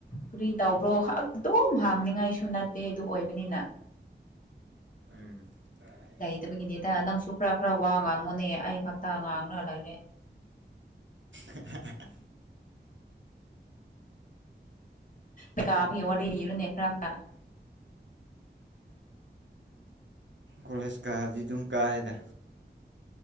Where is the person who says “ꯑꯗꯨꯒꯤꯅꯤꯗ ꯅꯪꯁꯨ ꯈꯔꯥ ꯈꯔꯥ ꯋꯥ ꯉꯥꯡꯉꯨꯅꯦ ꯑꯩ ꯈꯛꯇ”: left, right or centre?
Left